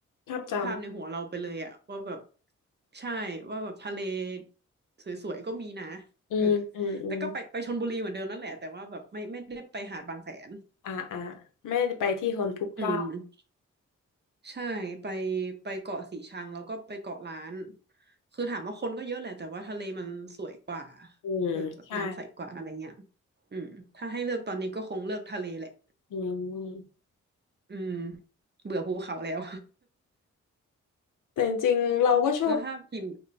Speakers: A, on the left; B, on the right.
A: ภาพจ
B: ภาพในหัวเราไปเลยอะว่าแบบใช่ว่าแบบทะเลสวยๆก็มีนะ
A: ำอืมอืมอืม
B: เออแต่ก็ไปไปชลบุรีเหมือนเดิมนั่นแหละแต่ว่าแบบไม่ไม่ได้ไปหาดบางแสน
A: อ่าอ่าไม่ได้ไปที่คนพลุกพล่าน
B: อืม ใช่ไปไปเกาะสีชังแล้วก็ไปเกาะล้านคือถามว่าคนก็เยอะแหละแต่ว่าทะเลมันสวยกว่า
A: อืมใช่
B: เออแบบน้ำใสกว่าอะไรเงี้ยอืมถ้าให้เลือกตอนนี้ก็คงเลือกทะเลแหละ
A: อืม
B: อืมเบื่อภูเขาแล้ว
A: แต่จริงๆเราก็ชอบ
B: <laughs> แล้วถ้าพิมพ์